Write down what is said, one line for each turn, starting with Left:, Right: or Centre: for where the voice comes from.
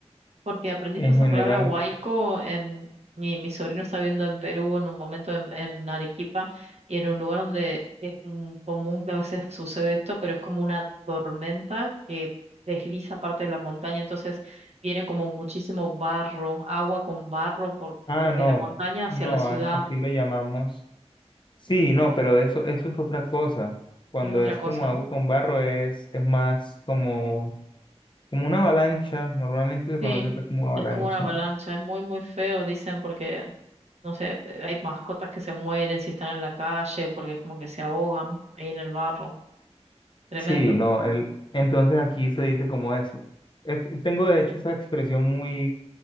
Right: Porque aprendí
Left: en
Right: yo esa
Left: general,
Right: palabra huaico, en, mi, mi sobrino está viendo en Perú en un momento en, en Arequipa y en un lugar donde es mm, común que a veces sucede esto, pero es como una tormenta que desliza parte de la montaña, entonces viene como muchísimo barro, agua con barro por
Left: ah,
Right: desde
Left: no,
Right: la montaña hacia
Left: no,
Right: la ciudad.
Left: a- aquí lo llamamos. Sí, no, pero eso, eso es otra cosa. Cuando
Right: es otra
Left: es
Right: cosa,
Left: como
Right: ¿no?
Left: agua con barro es, es más como, como una avalancha. Normalmente se
Right: Sí,
Left: conoce acá como avalancha.
Right: es como una avalancha, es muy, muy feo, dicen, porque, no sé, hay mascotas que se mueren si están en la calle, porque es como que se ahogan ahí en el barro, tremendo.
Left: Sí, no, el, entonces aquí se dice como eso. Es- tengo de hecho esa expresión muy,